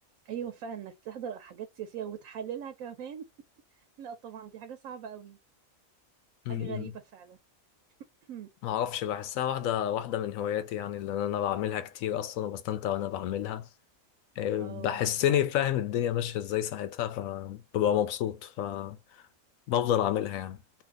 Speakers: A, on the right; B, on the left.
A: ايوه فعلا انك تحضر حاجات سياسية وتحللها كمان <laughs> لا طبعا دي حاجة صعبة قوي
B: امم
A: حاجة غريبة فعلا <clears throat>
B: ما اعرفش بحسها واحده واحده من هواياتي يعني اللي انا بعملها كتير اصلا وبستمتع وانا بعملها
A: اه
B: بحسني فاهم الدنيا ماشية ازاي ساعتها فببقى مبسوط فبفضل اعملها يعني